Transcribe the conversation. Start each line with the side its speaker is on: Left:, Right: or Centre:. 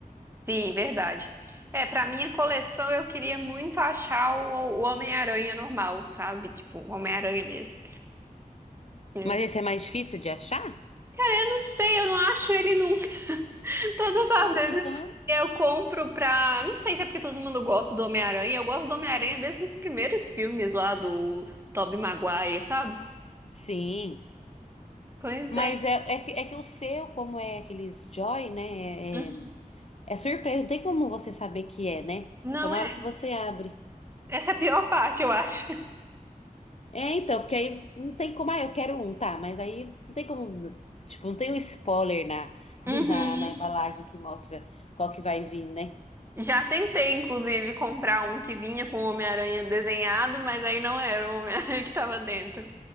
Right: Sim, verdade. É, pra minha coleção eu queria muito achar o, o Homem-Aranha normal, sabe? Tipo, o Homem-Aranha mesmo. Cara,
Left: Mas esse é mais difícil de achar?
Right: eu não sei, eu não acho ele nunca. <laughs> Todas as
Left: Nossa,
Right: vezes
Left: então eu.
Right: eu compro pra. Não sei se é porque todo mundo gosta do Homem-Aranha. Eu gosto do Homem-Aranha desde os primeiros filmes lá do Tobey Maguire, sabe?
Left: Sim.
Right: Pois
Left: Mas
Right: é.
Left: é, é, que, é que o seu, como é aqueles Joy, né?
Right: Uhum.
Left: É, é, é surpresa, não tem como você saber que é, né?
Right: Não
Left: É só na
Right: é.
Left: hora que você abre.
Right: Essa é a pior parte, eu acho.
Left: É, então, porque aí não tem como, ah, eu quero um, tá, mas aí não tem como, tipo, não tem um spoiler na, <laughs>
Right: <laughs>
Left: na, na embalagem que mostra qual que vai vir, né?
Right: Já tentei, inclusive, comprar um que vinha com o Homem-Aranha desenhado, mas aí não era o Homem-Aranha <laughs> que tava dentro.